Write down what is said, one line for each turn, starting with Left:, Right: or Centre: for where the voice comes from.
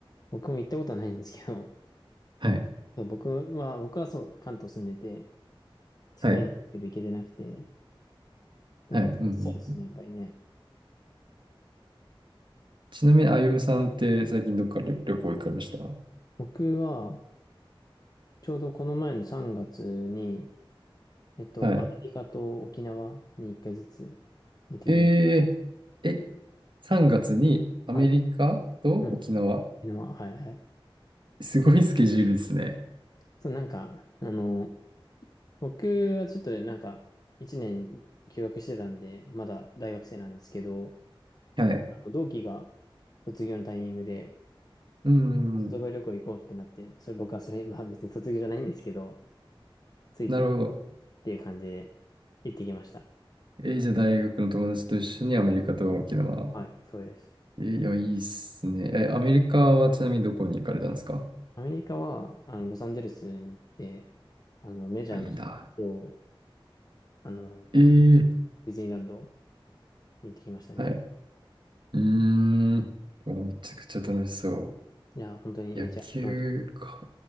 Left: 僕も行ったことはないんですけど、
Right: はい。
Left: そう僕は、僕はそう、関東住んでて近いんですけど行けてなくて、
Right: はい。
Left: でもまあ楽しそうですね、
Right: はい。うんうん。
Left: やっぱりね。
Right: ちなみに、あゆむさんって最近どっか旅、旅行行かれましたは
Left: 僕はちょうどこの前の3月に、えっと、
Right: い。
Left: アメリカと沖縄に1回ずつ行ってきまし
Right: えー、え、3月にアメリカと沖縄。
Left: た。はい。うん。沖縄、はいはい。
Right: すごいスケジュールですね。
Left: そう、なんか、あの、僕はちょっとなんか、一年休学してたんで、まだ大学生なんですけど、
Right: はい。
Left: あの同期が卒業のタイミングで、
Right: うんうんうん。
Left: 卒業旅行行こうってなって、それ僕はそれ、<laughs> まあ別に卒業じゃないんですけど、ついてっ
Right: なるほど。
Left: ていう感じで行ってきました。
Right: えーじゃあ大学の友達と一緒にアメリカと沖縄。
Left: はい、そうです。
Right: えーいや、いいっすね。え、アメリカはちなみにどこに行かれたんですか
Left: アメリカは、あの、ロサンゼルスに行って、あの、メジャーの人と、
Right: あ、いいな。
Left: あの、デ
Right: えー、
Left: ィズニーランドに行ってきましたね。
Right: はい。うーん。でもめちゃくちゃ楽しそ
Left: いや、本当にめちゃ楽しかった。
Right: う。野球か。